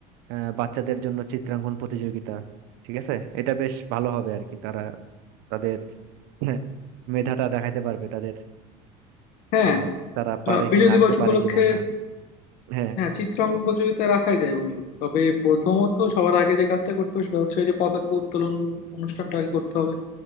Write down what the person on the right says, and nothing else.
আহ, বাচ্চাদের জন্য চিত্রাঙ্কন প্রতিযোগিতা ঠিক আছে এটা বেশ ভালো হবে আর কি তারা তাদের <laughs> মেধাটা দেখাইতে পারবে তাদের
মানে তারা পারে
কিনা
আঁকতে পারে
কিনা হ্যাঁ হ্যাঁ